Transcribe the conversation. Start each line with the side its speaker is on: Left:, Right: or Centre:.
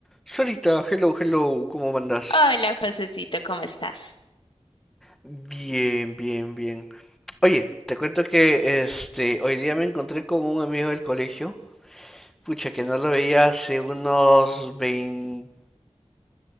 Centre: Sarita, hello, hello, ¿cómo andas?
Left: Hola, Josecito, ¿cómo estás?
Centre: Bien, bien, bien. Oye, te cuento que este hoy día me encontré con un amigo del colegio, pucha, que no lo veía hace unos veinticinco